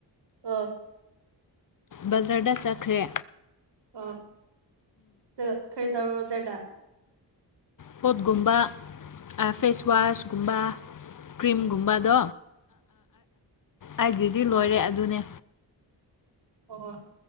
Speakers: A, on the right; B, on the left.
A: ꯎꯝ
B: ꯕꯖꯔꯗ ꯆꯠꯈ꯭ꯔꯦ
A: ꯑꯣ ꯈꯔꯤ ꯇꯧꯔꯖꯦꯗ
B: ꯄꯣꯠꯀꯨꯝꯕ ꯐꯦꯁ ꯋꯥꯁꯒꯨꯝꯕ ꯀ꯭ꯔꯤꯝꯒꯨꯝꯕꯗꯣ ꯑꯩꯒꯤꯗꯤ ꯂꯣꯏꯔꯦ ꯑꯗꯨꯅꯦ
A: ꯑꯣ